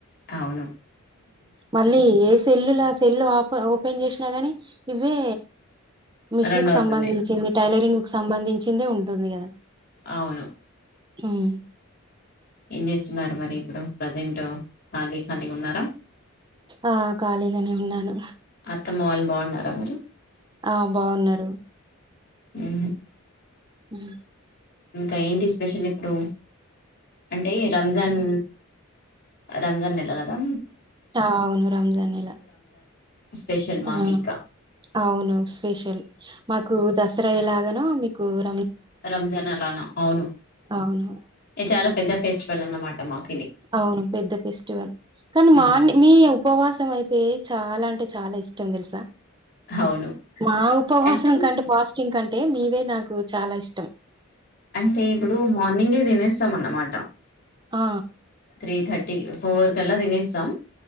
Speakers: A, on the left; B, on the right.
A: అవును
B: మళ్ళీ ఏ సెల్లులా సెల్ ఓప ఓపెన్ చేసినా గానీ ఇవే మిషన్
A: రన్
B: క
A: అవుతున్నాయి
B: సంబంధించింది టైలరింగ్ కు సంబంధించి చిందే ఉంటుంది కదా
A: అవును
B: హ్మ్.
A: ఏం చేస్తున్నారు మరి ఇప్పుడు ప్రజెంట్ ఖాళీ ఖాళీగా ఉన్నారా
B: ఆ కాాలిగానే ఉన్నాను
A: అత్తమ్మ వాళ్ళు బాగున్నారా మరి
B: ఆ బాగున్నారు
A: ఆ
B: ఉ
A: ఇంకా ఏంటి స్పెషల్ ఇప్పుడు అంటే రంజాన్ రంజా నెలగదా
B: ఆ అవును రంజాన్లా
A: స్పెషల్ మాకు
B: ఆ
A: ఇంకా
B: అవును స్పెషల్ మాకు దసరా
A: సరే
B: ఎలాగాన మీకు కోరు
A: రంజాన్ అలానా అవును
B: అవును
A: ఇ చాలా పెద్ద ఫెస్ట్ వెళ్లనమాటమాకు
B: అవును పెద్ద ఫెస్టివల్ కానీ మా
A: ఉమ్
B: మీ ఉపవాస ఇష్టం అయితే చాలా అంటే చాలా ఇష్టం తెలుసా
A: అవును
B: మా ఉపస
A: అంటే
B: కంటే పాస్టింగ్ క అంటే మీవే నాకు చాలా ఇష్టం
A: అంటే ఇప్పుడు మార్నింగే తినేస్తాం అన్నమాట
B: ఆ
A: త్రీ థర్టీ ఫోర్కల్లా తినేస్తాం